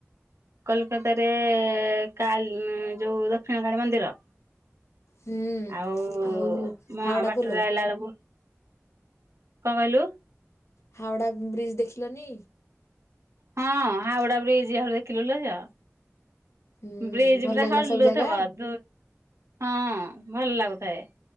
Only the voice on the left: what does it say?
ହୁଁ
ଆଉ
ହାୱଡ଼ା ପୋଲ।
ହାଓଡ଼ା ବ୍ରିଜ୍ ଦେଖିଲନି?
ହୁଁ
ଭଲ
ଲାଗିଲା
ସବୁ ଜାଗା